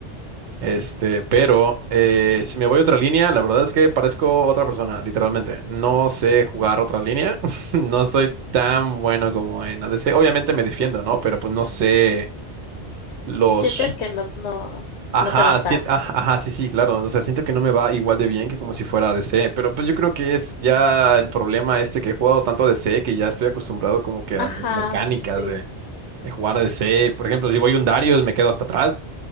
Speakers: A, on the right (about 90°); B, on the left (about 80°).
A: este, pero eh, si me voy a otra línea, la verdad es que parezco otra persona, literalmente, no sé jugar otra línea, <laughs> no soy tan bueno como en ADC, obviamente me defiendo, ¿no? Pero pues no sé los
B: Sientes que no, no,
A: Ajá,
B: no te va tan
A: sien- aj-
B: bien.
A: ajá, sí, sí, claro. O sea, siento que no me va igual de bien que como si fuera DC, pero pues yo creo que es ya el problema este que he jugado tanto a DC que ya estoy acostumbrado como que a
B: Ajá,
A: las mecánicas
B: sí.
A: de, de jugar a DC. Por ejemplo, si voy un Darius me quedo hasta atrás